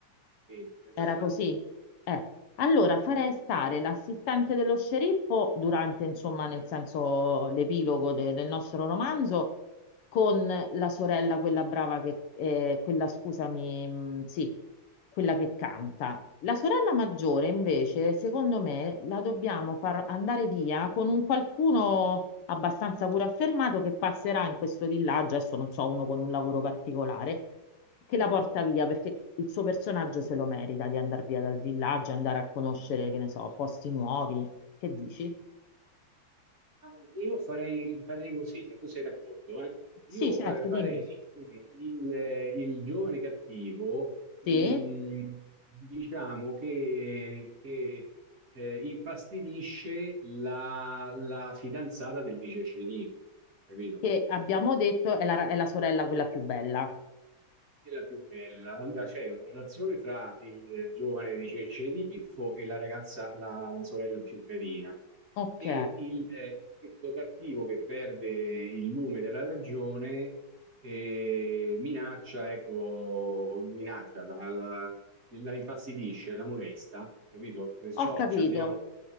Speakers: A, on the right; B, on the left.
A: Sì, esatto.
B: Era così. Eh, allora
A: Sì.
B: farei stare l'assistente dello sceriffo durante, insomma, nel senso l'epilogo de- del nostro romanzo con la sorella, quella brava che, eh, quella, scusami, mh, sì, quella che canta. La sorella maggiore, invece, secondo me, la dobbiamo far andare via con un qualcuno abbastanza pure affermato che passerà in questo villaggio, adesso non so, uno con un lavoro particolare, che la porta via perché il suo personaggio se lo merita di andare via dal villaggio, andare a conoscere, che ne so, posti nuovi. Che dici?
A: Ah, Io farei, farei così, se tu sei d'accordo, eh.
B: Sì,
A: Io
B: certo,
A: eh, farei
B: dimmi.
A: che il, eh, il giovane cattivo, mh,
B: Sì,
A: diciamo che, che, eh, infastidisce la, la fidanzata del vice sceriffo, capito?
B: che abbiamo detto è la, è la sorella quella più bella.
A: è la più bella. Allora c'è una relazione tra il eh, giovane di Cerceriffo e la ragazza, la, la sorella più carina.
B: Ok,
A: E il, eh, questo cattivo che perde il lume della ragione eh, minaccia, ecco, minaccia, la, la- la infastidisce, la molesta, capito? Perciò
B: ho capito.
A: ci abbiamo.